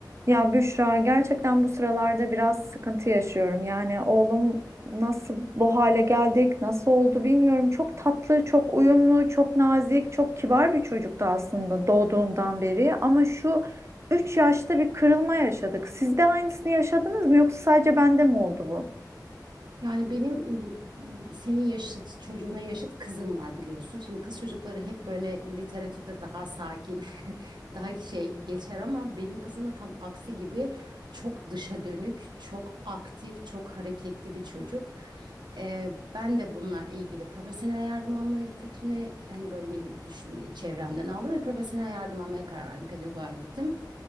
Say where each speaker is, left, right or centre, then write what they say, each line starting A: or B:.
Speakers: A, on the right (about 40°); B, on the right (about 80°).
A: Ya Büşra gerçekten bu sıralarda biraz sıkıntı yaşıyorum. Yani oğlum nasıl bu hale geldik, nasıl oldu bilmiyorum. Çok tatlı, çok uyumlu, çok nazik, çok kibar bir çocuktu aslında doğduğundan beri. Ama şu 3 yaşta bir kırılma yaşadık. Siz de aynısını yaşadınız mı yoksa sadece bende mi oldu bu?
B: Yani benim ım, senin yaşıt çocuğuna yaşıt kızım var biliyorsun. Şimdi kız çocukları hep böyle literatürde daha sakin, <laughs> daha şey geçer ama benim kızım da tam aksi gibi çok dışa dönük, çok aktif, çok hareketli bir çocuk. Ee, ben de bununla ilgili profesyonel yardım alma fikrini hani böyle milli, düş- çevremden aldım ve profesyonel yardım almaya karar verdim. Pedagoğa gittim.